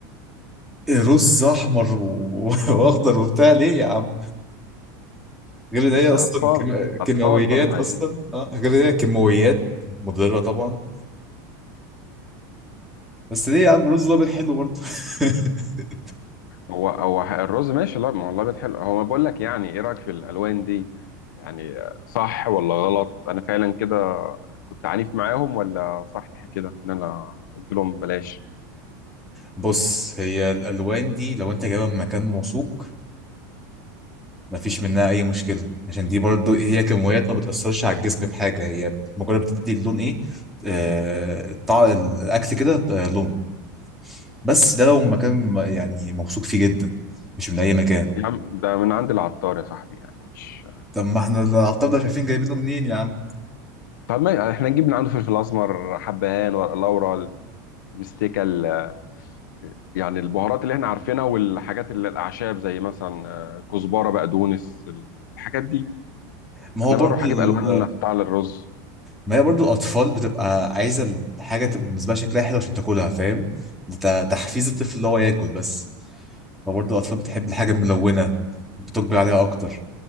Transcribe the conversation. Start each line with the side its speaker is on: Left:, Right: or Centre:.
Centre: إيه رز احمر و... <laughs> واخضر وبتاع ليه يا عم غير ان هي
Left: مش
Centre: اصلا
Left: اطفال
Centre: كيم... كيماويات
Left: اطفال بقى وعايزين
Centre: اصلا اه غير ان هي كيماويات مضره طبعا بس ليه يا عم رز الابيض حلو برضه <laughs>
Left: هو هو الرز ماشي لا ما هو اللبن حلو هو بقول لك يعني ايه رايك في الالوان دي يعني صح ولا غلط انا فعلا كده كنت عنيف معاهم ولا صح كده ان انا قلت لهم بلاش
Centre: بص هي الالوان دي لو انت جايبها من مكان موثوق مفيش منها اي مشكله عشان دي برضو هي كيماويات ما بتاثرش على الجسم بحاجه هي مجرد بتدي اللون ايه آه... طع... الاكل كده آه... لون بس ده لو مكان م- يعني موثوق فيه جدا مش من اي مكان
Left: يا عم ده من عند العطار يا صاحبي يعني مش
Centre: طب ما احنا العطار ده شايفين جايبينه منين يا عم
Left: طب ما احنا نجيب من عنده فلفل اسمر حبهان ورق لورا المستيكه ال- يعني البهارات اللي احنا عارفينها والحاجات اللي الاعشاب زي مثلا آه، كزبره بقدونس الحاجات دي
Centre: ما هو
Left: انما
Centre: برضو
Left: اروح اجيب
Centre: ال...
Left: الوان احطها على الرز
Centre: ما هي برضو الاطفال بتبقى عايزه الحاجه تبقى بالنسبه لها شكلها حلو عشان تاكلها فاهم ده ت- تحفيز الطفل اللي هو ياكل بس فبرضو الاطفال بتحب الحاجه الملونه بتقبل عليها اكتر